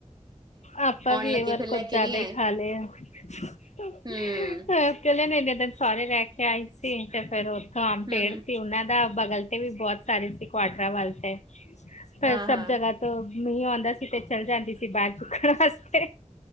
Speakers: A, on the left; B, on the right.
A: ਆਪਾਂ ਵੀ
B: ਲੱਗੇ
A: ਇਹ ਵਾਰ
B: ਫੇਰ ਲੈ
A: ਕੁਝ ਜਿਆਦਾ
B: ਕੇ ਵੀ ਆਏ
A: ਹੀ ਖਾ ਲੈ ਆ। <inaudible>
B: ਹੂੰ
A: ਮੈ ਕਹਿੰਨੇ ਇੰਨੇ ਦਿਨ ਸੋਹੁਰੇ ਰਹਿ ਕੇ ਆਈ ਸੀ, ਫੇਰ- ਫੇਰ ਉੱਥੋਂ ਅਮ ਪੇੜ
B: ਹੂੰ
A: ਸੀ ਉਹਨਾਂ ਦਾ। ਬਗਲ ਤੇ ਵੀ ਬਹੁਤ ਸਾਰੇ ਸ ਕੋਆਟਰਾ ਵਾਲ ਤੇ ਪਰ
B: ਹਾਂ
A: ਸਭ
B: ਹਾਂ
A: ਜਗ੍ਹਾ ਤੋ ਮੀਂਹ ਆਦਾ ਸੀ ਤੇ ਚਲ ਜਾਂਦੀ ਸੀ, ਬਾਹਰ ਚੁੱਕਣ ਵਾਸਤੇ